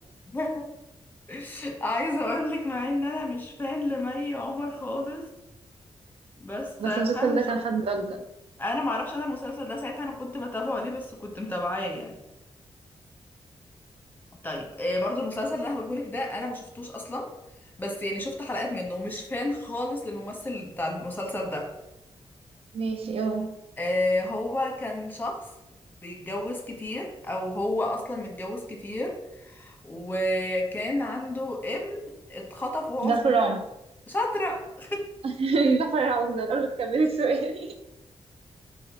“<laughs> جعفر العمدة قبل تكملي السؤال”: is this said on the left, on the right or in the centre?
Right